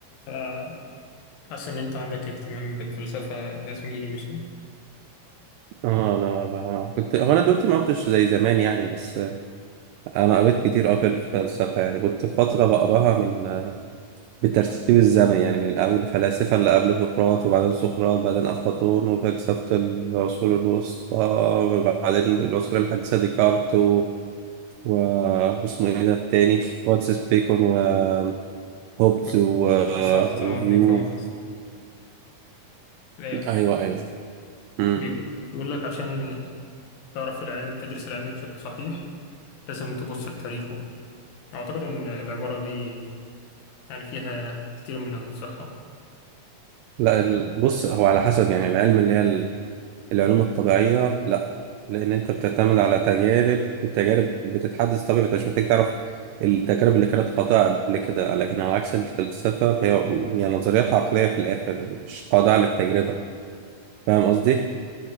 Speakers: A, on the left; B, on the right.
A: فحاسس إن أنت عندك اهتمام بالفلسفة يا زميلي مش كده؟
B: اه لا بقى. كنت هو انا دلوقتي ما قلتش زي زمان يعني بس انا قريت كتير قوي في الفلسفه يعني كنت فتره بقراها من بالترتيب الزمني يعني من الاول الفلاسفه اللي قبل سقراط وبعدين سقراط بعدين افلاطون وفلسفه العصور الوسطى وبعدين العصور الحديثه ديكارت و... و... واسمه ايه ده التاني فرانسيس بيكون وهوبز و...
A: و- وسارتر
B: وهيو
A: وديكارت لا يعني
B: ايوه ايوه امم
A: بي- بيقول لك عشان تعرف العلم تدرس العلم بشكل صحيح لازم تبص لتاريخه أعتقد إن العبارة دي يعني فيها كتير من الصحة
B: لا ال- بص هو على حسب يعني العلم اللي هي العلوم الطبيعية لا لأن أنت بتعتمد على تجارب والتجارب بتتحدث طبيعي أنت مش محتاج تعرف التجارب اللي كانت خاطئة قبل كده لكن على عكس الفلسفة فهي هي نظريات عقلية في الآخر مش خاضعة للتجربة فاهم قصدي؟